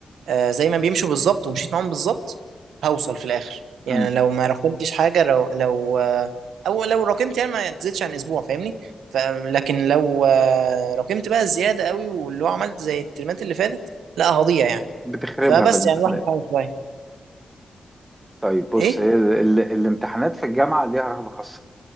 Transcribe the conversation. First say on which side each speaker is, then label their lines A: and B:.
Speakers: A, on the right; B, on the right.
A: آه، زي ما بيمشوا بالظبط ومشيت معاهم بالظبط هوصل في الاخر يعني
B: امم
A: لو ما راكمتش حاجه لو لو آه، او لو راكمت يعني ما تزيدش عن اسبوع فاهمني ف- لكن لو آه، راكمت بقى الزياده قوي واللي هو عملت زي الترمات اللي فاتت لا هضيع يعني
B: بتخربها
A: فبس
B: في الامتحانات
A: يعني الواحد بيحاول شويه
B: طيب بص
A: ايه
B: هي ال- ال- الامتحانات في الجامعة ليها رهبة خاصة